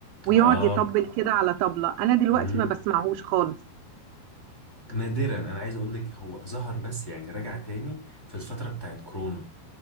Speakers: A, on the right; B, on the left.
A: ويقعد
B: اه
A: يطبل كده على طبلة أنا دلوقتي
B: امم
A: ما بسمعهوش خالص
B: نادرا انا عايز اقول لك هو ظهر بس يعني رجع تاني في الفتره بتاعت كورونا